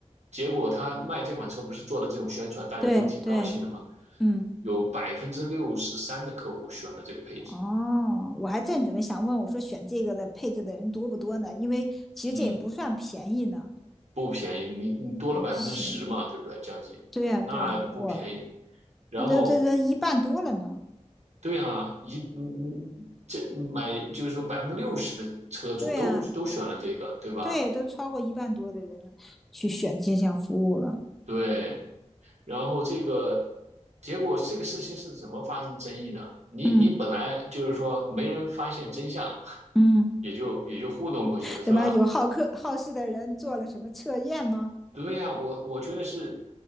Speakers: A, on the right; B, in the centre.
A: 结果他卖这款车不是做了这种宣传，大家都挺高兴的嘛，
B: 对对，嗯。
A: 有百分之六十三的客户选了这个配置，
B: 哦，我还正准备想问，我说选这个的配置的人多不多呢？因为其实这也不算便宜呢。
A: 嗯，不便宜，你你多了百分之十嘛，
B: 是，
A: 对不对？将近，
B: 对呀，
A: 那不便宜。
B: 对呀，我
A: 然后
B: 那都这这一半多了呢。
A: 对啊，一嗯嗯，这买就是说百分之六十的车主都都选了这个，
B: 对呀，
A: 对吧？
B: 对，都超过一半多的人去选这项服务了。
A: 对，然后这个结果这个事情是怎么发生争议呢？你你本来就是说没人发现真相，
B: 嗯嗯，
A: 也就也就糊弄过去了，是吧？
B: 怎么有好客好事的人做了什么测验吗？
A: 对呀，我我觉得是